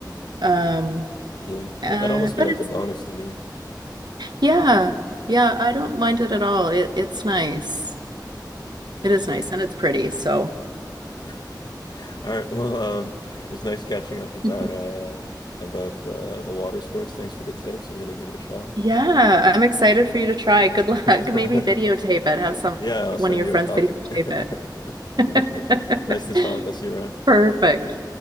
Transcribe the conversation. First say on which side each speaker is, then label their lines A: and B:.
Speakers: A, on the right; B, on the left.
A: Um,
B: Yeah,
A: uh,
B: but that'd almost
A: but
B: be like
A: it's
B: a bonus to me.
A: yeah, yeah, I don't mind it at all. It it's nice.
B: No,
A: It
B: that's
A: is
B: beautiful.
A: nice and it's pretty. So
B: <laughs> All right, well, um, it's nice catching up
A: <laughs>
B: about uh about the the water sports. Thanks for the tips. I'm gonna give it a shot.
A: yeah, I'm excited for you to try. Good
B: <laughs>
A: luck. <laughs> Maybe videotape it. Have some
B: Yeah, I'll
A: one
B: send
A: of your
B: you
A: friends
B: a copy.
A: videotape
B: <laughs>
A: it.
B: Okay. Nice to talk. I'll see you
A: <laughs>
B: around.
A: Perfect.